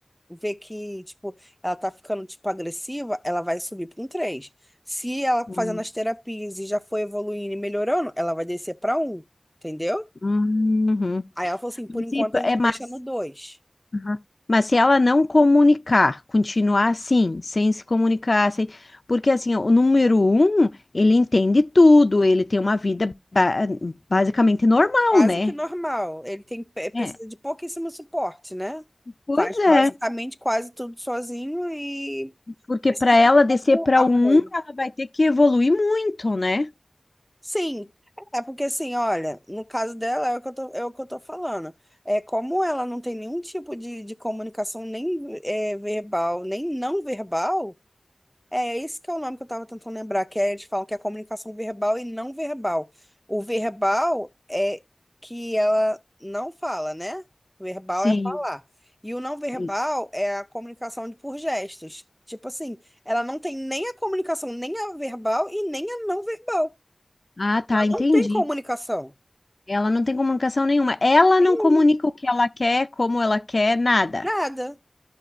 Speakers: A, in the centre; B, on the left.
A: vê que, tipo, ela tá ficando, tipo, agressiva, ela vai subir para um três Se ela
B: Hum.
A: fazendo as terapias e já foi evoluindo e melhorando, ela vai descer para um. Entendeu?
B: Uhum.
A: Aí ela falou assim, por
B: Mas,
A: enquanto
B: e-
A: a gente
B: é, mas,
A: deixa no dois,
B: Uhum. mas se ela não comunicar, continuar assim, sem se comunicar, sem, porque assim, ó, o número um, ele entende tudo, ele tem uma vida ba- basicamente normal,
A: Quase
B: né?
A: que normal. Ele tem, eh, precisa
B: É.
A: de pouquíssimo suporte, né?
B: Pois
A: Faz
B: é,
A: basicamente quase tudo sozinho e
B: porque
A: precisa
B: para ela
A: de
B: descer
A: pouco
B: para
A: apoio.
B: um, ela vai ter que evoluir muito, né?
A: Sim, é porque assim, olha, no caso dela é o que eu tô, é o que eu tô falando. É como ela não tem nenhum tipo de, de comunicação nem eh, verbal, nem não verbal, É, esse que é o nome que eu estava tentando lembrar, que é, eles falam que é comunicação verbal e não verbal. O verbal é que ela não fala, né? Verbal
B: Sim,
A: é falar. E o não verbal
B: isso.
A: é a comunicação de- por gestos. Tipo assim, ela não tem nem a comunicação, nem a verbal e nem a não verbal.
B: Ah, tá,
A: Ela
B: entendi.
A: não tem comunicação.
B: Ela não tem comunicação nenhuma. Ela
A: Nenhuma.
B: não comunica o que ela quer, como ela quer, nada.
A: Nada.